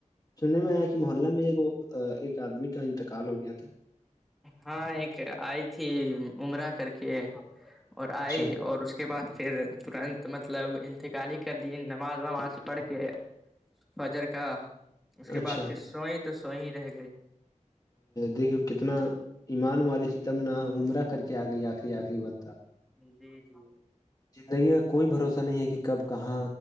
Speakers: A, on the left (about 30°); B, in the centre.
A: سننے میں آیا کہ محلہ میں ایک آدمی کا انتقال ہو گیا تھا
B: ہاں ایک آئی تھی عمرہ کر کے اور
A: اچھا
B: آئی اور اس کے بعد پھر ترنت مطلب انتقالی کر د نماز وماز پڑھ کے فجر کا اس کے
A: اچھا
B: بعد پھر سوئی تو سوئی رہ گئی
A: دیکھو کتنا ایمان والی تھی تب ن عمرہ کر کے آ گئی آخری آخری بق تک
B: جی جی
A: زندگی کا کوئی بھروسہ نہیں ہے کہ کب کہاں